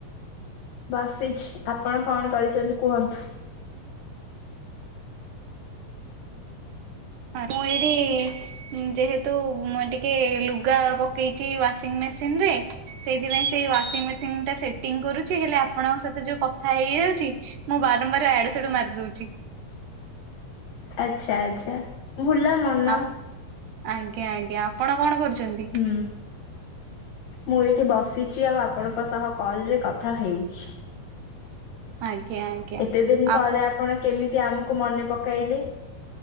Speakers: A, on the left; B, on the right.
A: ବସିଛି ଆପଣ କଣ କରୁଛନ୍ତି କୁହନ୍ତୁ?
B: ହ ମୁଁ ଏଇଠି ଉଁ ଯେହେତୁ ମୁଁ ଟିକେ ଲୁଗା ପକେଇଚି ୱାସିଂ ମେସିନରେ ସେଇଥିପାଇଁ ସେଇ ୱାସିଂ ମେସିଙ୍ଗଟା ସେଟିଂ କରୁଛି ହେଲେ ଆପଣଙ୍କ ସହିତ ଯୋଉ କଥା ହେଇଯାଉଛି ମୁଁ ବାରମ୍ବାର ୟାଡୁ ସେଆଡୁ ମାରି ଦଉଚି।
A: ଆଚ୍ଛା ଆଚ୍ଛା ଭୁଲା ମନ।
B: ଆପ- ଆଜ୍ଞା ଆଜ୍ଞା ଆପଣ କଣ କରୁଚନ୍ତି?
A: ହୁଁ। ମୁଁ ଏଇଠି ବସିଚି ଆଉ ଆପଣଙ୍କ ସହ କଲରେ କଥା ହେଉଛି।
B: ଆଜ୍ଞା ଆଜ୍ଞା।
A: ଏତେ ଦିନ ପରେ
B: ଆପ
A: ଆପଣ କେମିତି ଆମକୁ ମନେ ପକାଇଲେ?